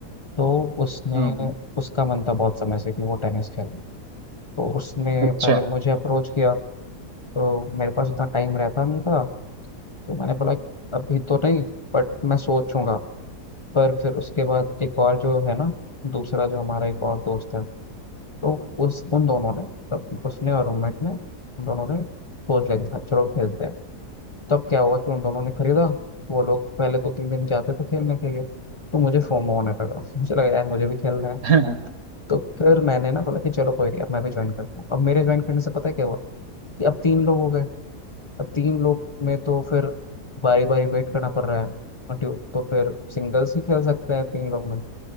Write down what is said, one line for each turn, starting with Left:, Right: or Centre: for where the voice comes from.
Left: तो उसने
Right: हाँ हाँ,
Left: उसका मन था बहुत समय से कि वो टेनिस खेले तो उसने
Right: अच्छा
Left: पहले मुझे अप्रोच किया तो मेरे पास उतना टाइम रहता नहीं था तो मैंने बोला अभी तो नहीं बट मैं सोचूंगा पर फिर उसके बाद एक और जो है ना दूसरा जो हमारा एक और दोस्त है तो उस उन दोनों ने तब उसने और रूममेट ने उन दोनों ने सोच लिया कि "हाँ, चलो खेलते हैं तब क्या हुआ कि उन दोनों ने खरीदा वो लोग पहले दो तीन दिन जाते थे खेलने के लिए तो मुझे फोमो होने लगा मुझे लगा यार मुझे भी खेलना है
Right: <laughs> हाँ
Left: तो फिर मैंने ना बोला कि चलो कोई नहीं अब मैं भी ज्वाइन करता हूँ अब मेरे ज्वाइन करने से पता है क्या हुआ कि अब तीन लोग हो गए अब तीन लोग में तो फिर बारी बारी वेट करना पड़ रहा है और तो तो फिर सिंगल्स ही खेल सकते हैं तीन लोग में